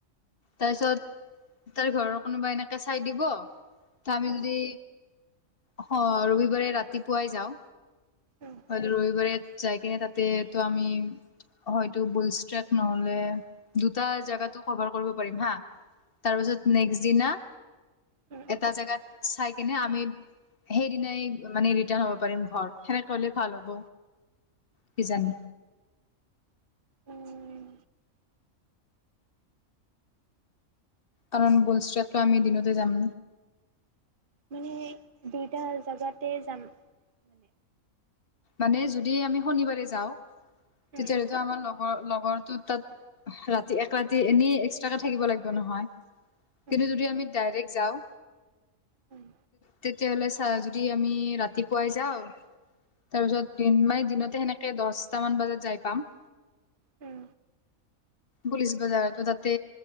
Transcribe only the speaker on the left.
তাৰপিছত তাৰে ঘৰৰ কোনোবা এনেকে চাই দিব, ত' আমি
যদি অ' ৰবিবাৰে ৰাতিপুৱাই যাওঁ
ৰবিবাৰে যাই কিনে তাতে তো আমি হয়টো বুলষ্ট্ৰক নহ'লে দুটা জাগাটো ক'ভাৰ কৰিব হা, তাৰ পিছত নেক্স দিনা
এটা জেগাত চাই কেনে আমি সেইদিনাই মানে ৰিটাৰ্ণ হ'ব পাৰিম ঘৰ, সেনেকৰিলে ভাল হ'ব কিজানি।
কাৰণ বোনষ্ট্ৰকটো আমি দিনতে যাম।
মানে যদি আমি শনিবাৰে যাওঁ
তেতিয়াহ'লেতো আমাৰ লগৰ লগৰটো তাত ৰাতি এক ৰাতি এনেই এক্সট্ৰাকে থাকিব লাগিব নহয়? কিন্তু
যদি আমি ডাইৰেক্ট যাওঁ
তেতিয়াহ'লে চা যদি আমি ৰাতিপুৱাই যাওঁ তাৰ পিছত দিন মানে দিনতে সেনেকে দচটা মান বজাত যাই পাম।
পুলিচ বজাৰতো তাতে